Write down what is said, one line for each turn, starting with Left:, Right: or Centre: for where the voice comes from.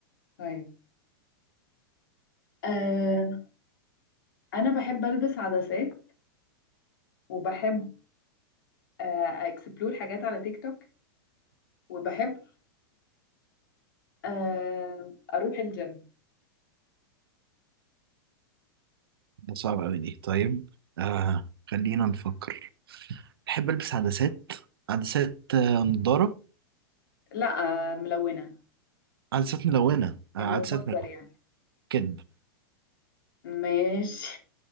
Left: طيب آه انا بحب البس عدسات وبحب آه اكسبلور حاجات على تيك توك وبحب آه اروح الجيم
Right: ده صعب أوي دي طيب آه خلينا نفكر بحب البس عدسات عدسات آه، نضاره
Left: لا آه ملونة
Right: عدسات ملونه آه،
Left: انه
Right: عدسات
Left: مجبر
Right: ملونه
Left: يعني
Right: كدب
Left: ماشي